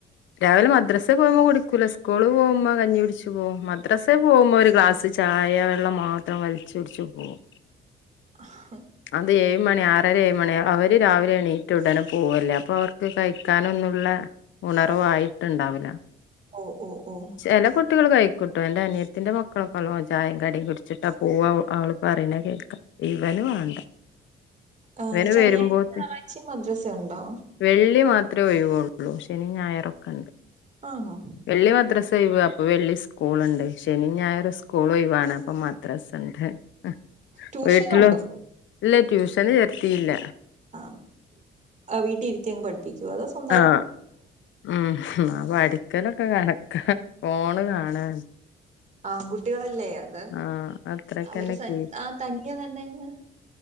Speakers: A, on the left (about 70°); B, on the right (about 35°).
A: രാവിലെ മദ്രസെ പോകുമ്പോ കുടിക്കൂല സ്കൂള് പോകുമ്പോ കഞ്ഞി കുടിച്ചു പോകും മദ്രസെ പോകുമ്പേ ഒരു ക്ലാസ് ചായ വെള്ളം മാത്രം വലിച്ച് കുടിച്ച് പോകും.
B: <unintelligible>
A: അത് ഏഴ് മണി ആറര ഏഴ് മണി അവര് രാവിലെണീറ്റ ഉടനെ പോവല്ലേ അപ്പൊ അവർക്ക് കഴിക്കാനെന്നുള്ളെ. ഉണർവായിട്ടുണ്ടാവൂല.
B: ഓഹ് ഓഹ് ഓഹ്
A: ചെല കുട്ടികൾ കയിക്കുട്ടോ. എന്റെ അനിയെത്തിന്റെ മക്കളൊക്കെ നള്ളോം ചായിം കടീം കുടിച്ചിട്ടാ പോവാ. അവള് പറയ്ണെ കേൾക്കാ. ഇവന് വാണ്ട.
B: ആഹ്
A: ഇവന്
B: ശനിയാഴ്ച
A: വെരുമ്പോത്ത്
B: ഞായറാഴ്ച മദ്രസ ഉണ്ടോ
A: വെള്ളി മാ ത്രേ ഒഴിവൊള്ളൂ ശെനിം ഞായറൊക്കെ ണ്ട്.
B: ആണോ.
A: വെള്ളി മദ്രസ ഒയിവ്. അപ്പൊ വെള്ളി സ്കൂള്ണ്ട്. ശെനിം ഞായറും സ്കൂൾ ഒയിവാണ് അപ്പം മദ്രസ്ണ്ട്. അഹ്
B: ട്യൂഷൻ
A: വീട്ടിലും
B: ഉണ്ടോ
A: ഇല്ല ട്യൂഷന് ചേർത്തീല്ല.
B: ആഹ് ആഹ് വീട്ടീ ഇരുത്തിയങ്ങ് പഠി പ്പിക്ക്യുവാ അതോ സ്വ
A: ആഹ്, ഉം ഹും അഹ് പഠിക്കലൊക്കെ കണക്കാ ഫോണ് കാണാണ്.
B: ആൺകുട്ടികളല്ലേ അത്
A: ആഹ് അത്രക്കന്നെ
B: അവര് സൻ
A: കീ
B: ആഹ് തനിയെ തന്നെ അങ്ങ്